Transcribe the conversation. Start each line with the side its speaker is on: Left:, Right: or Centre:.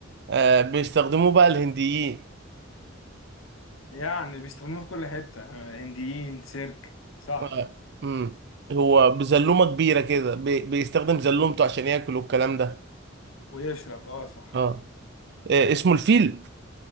Right: آه بيستخدموه بقى الهنديين
Left: يعني بيستخدموه في كل حتة هنديين سيرك صح
Right: آه. مم. هو بزلومة كبيرة كده بي... بيستخدم زلومته عشان ياكل والكلام ده
Left: ويشرب اه صح
Right: اه آه، اسمه الفيل